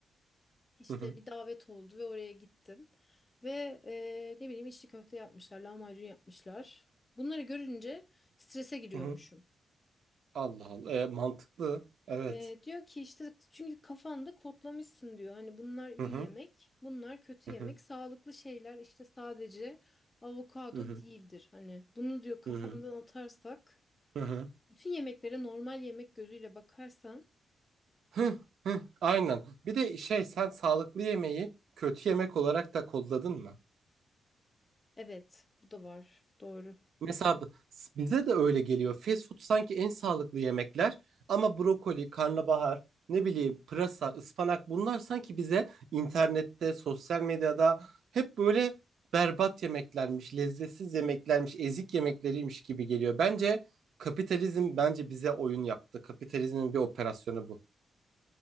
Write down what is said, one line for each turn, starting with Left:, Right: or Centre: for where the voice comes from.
Left: İşte
Right: hı hı,
Left: bir davet oldu ve oraya gittim. Ve e, ne bileyim içli köfte yapmışlar, lahmacun yapmışlar. Bunları görünce strese giriyormuşum.
Right: hı hı. Allah Allah. E, mantıklı. Evet.
Left: Ee, diyor ki işte çünkü kafanda kodlamışsın diyor. Hani bunlar iyi
Right: Hı hı,
Left: yemek, bunlar kötü
Right: hı
Left: yemek.
Right: hı,
Left: Sağlıklı şeyler işte sadece avokado
Right: hı hı,
Left: değildir. Hani bunu diyor kafandan
Right: hı hı,
Left: atarsak,
Right: hı hı.
Left: bütün yemeklere normal yemek gözüyle bakarsan,
Right: Hı, hı. Aynen. Bir de şey sen sağlıklı yemeği kötü yemek olarak da kodladın mı?
Left: evet, bu da var. Doğru.
Right: Mesela b- s- bize de öyle geliyor. Fast food sanki en sağlıklı yemekler ama brokoli, karnabahar, ne bileyim pırasa, ıspanak bunlar sanki bize internette, sosyal medyada hep böyle berbat yemeklermiş, lezzetsiz yemeklermiş, ezik yemekleriymiş gibi geliyor. Bence kapitalizm bence bize oyun yaptı. Kapitalizmin bir operasyonu bu.